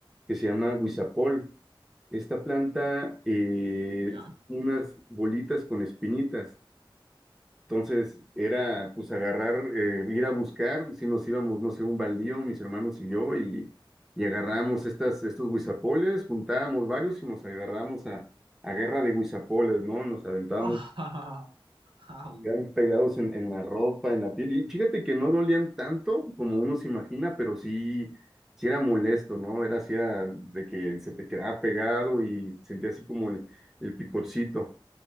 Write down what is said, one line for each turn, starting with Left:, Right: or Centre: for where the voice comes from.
Centre: que se llama guisapol. Esta planta, eh,
Right: ¿Ya?
Centre: unas bolitas con espinitas. Entonces, era pues agarrar, eh, ir a buscar, si nos íbamos, no sé, un baldío, mis hermanos y yo, y, y agarramos estas, estos guisapoles, juntábamos varios y nos agarramos a, a guerra de guisapoles, ¿no? Nos aventábamos
Right: Ah, <laughs> Au,
Centre: Quedaban pegados en, en la ropa, en la piel. Y fíjate que no dolían tanto como uno se imagina, pero sí, sí era molesto, ¿no? Era así era de que se te quedaba pegado y sentía así como el, el picorcito.